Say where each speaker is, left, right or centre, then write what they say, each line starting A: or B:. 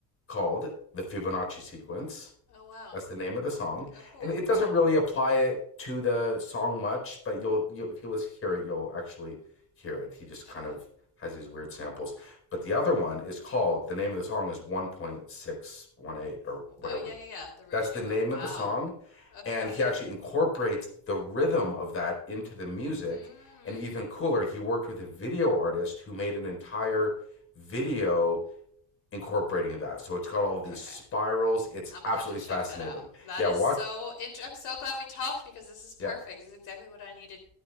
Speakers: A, on the left; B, on the left.
A: called the Fibonacci Sequence
B: Oh, wow.
A: that's the name of the song,
B: Oh, cool.
A: and it
B: Okay.
A: doesn't really apply it to the song much, but you'll, you'll if you listen hear it, you'll actually hear it. He just kind
B: Okay.
A: of has these weird samples. But the other one is called the name of the song is 1.618 or
B: W-
A: whatever.
B: Oh, yeah, yeah, yeah. The ratio.
A: That's the name
B: Oh, wow.
A: of the song,
B: Okay.
A: and he actually
B: <laughs>
A: incorporates the rhythm of that into the music.
B: Mm.
A: And even cooler, he worked with a video artist who made an entire video incorporating that. So it's got all these
B: Okay.
A: spirals. It's
B: I'm
A: absolutely
B: gonna have to check
A: fascinating.
B: that out. That
A: Yeah,
B: is
A: watch
B: so int- I'm so glad we talked because this is perfect.
A: yeah.
B: This is exactly what I needed